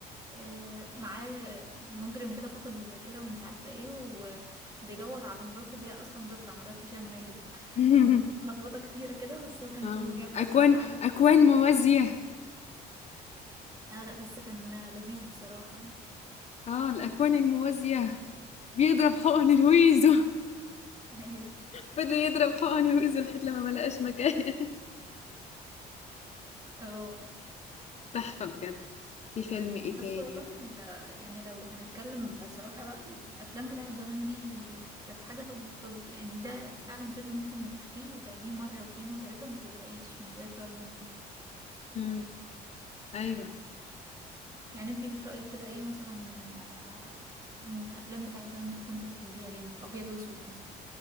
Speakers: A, on the right (about 20°); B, on the left (about 40°).
A: آه، معاه مجرم كده فقد الذاكره ومش عارفه ايه وبيدور على مراته اللي هي اصلا تطلع مرات هشام ماجد
B: <laughs>
A: كان لخبطه كتيره كده بس هو كان
B: آه،
A: فيلم جامد
B: اكوان
A: الصراحه قعدنا نضحك
B: اكوان
A: كتير
B: موازية
A: قوي اه لا بس كان آه، لذيذ بصراحه
B: اه الاكوان الموازية بيضرب حقن
A: <laughs>
B: الويزو
A: ايوه
B: <laughs> فضل يضرب حقن الويزو لحد لما ما لقاش مكان
A: اه
B: <laughs> تحفة بجد في فيلم ايه تاني
A: بس والله ال- يعني لو هنتكلم بصراحة بقى الأفلام بتاعت زمان دي كانت حاجة طب الطب يعني ده فعلا فيلم ممكن تشوفيه وتعيديه مرة واتنين وتلاتة وما تزهقيش مش زي بتوع اليومين دول
B: مم. ايوه
A: يعني انتي في رأيك كده ايه مثلا آه، الأفلام بتاعت زمان اللي كنتي بتحبيها جامد أبيض وأسود مثلا